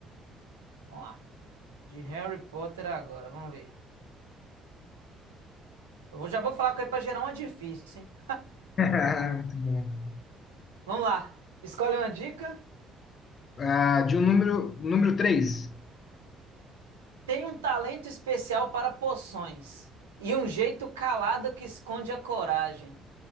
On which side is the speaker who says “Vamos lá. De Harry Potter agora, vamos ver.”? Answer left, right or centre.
Right